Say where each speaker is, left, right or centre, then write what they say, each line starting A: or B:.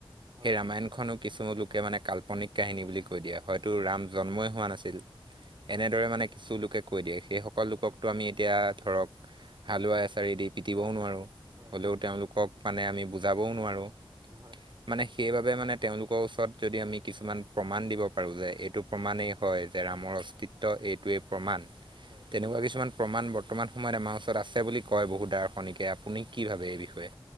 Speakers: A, on the right (about 45°); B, on the right (about 60°).
A: হয়
B: ৰামায়ণ খনক কিছু লোকে মানে কাল্পনিক কাহিনী বুলি কৈ দিয়ে হয়তো ৰাম জন্মই হোৱা নাছিল
A: হয়
B: এনে দৰে মানে কিছু লোকে কৈ দিয়ে সেই সকল লোকক ত আমি এতিয়া ধক হালোৱা এছাৰি দি পিটিবও নোৱাৰো
A: হয়
B: হ'লেও তেওঁলোকক মানে আমি বুজাবও নোৱাৰো
A: হয়
B: মানে সেইবাবে মানে তেওঁলোকৰ ওচৰত যদি কিছুমান প্ৰমাণ দিব পাৰো যে এইটো প্ৰমাণেই কয় যে ৰামৰ অস্তিত্ব এইটোৱে প্ৰমাণ
A: হয়
B: তেনেকুৱা কিছুমান প্ৰমাণ বৰ্তমান সময়ত আমাৰ ওচৰত আছে বুলি কয় বহু দাৰ্শনিকে আপুনি কি
A: আছ
B: ভাবে এই বিষয়ে